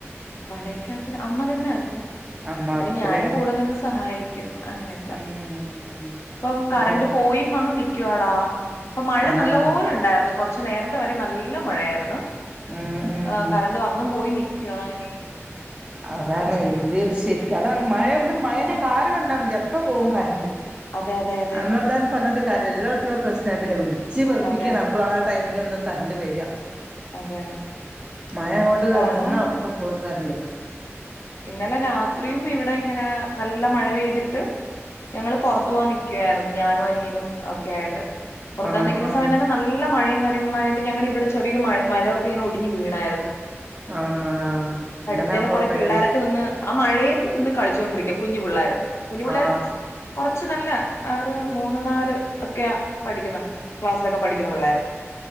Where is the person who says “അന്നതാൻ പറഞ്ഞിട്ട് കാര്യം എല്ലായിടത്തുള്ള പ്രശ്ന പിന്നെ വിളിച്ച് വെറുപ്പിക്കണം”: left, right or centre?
Right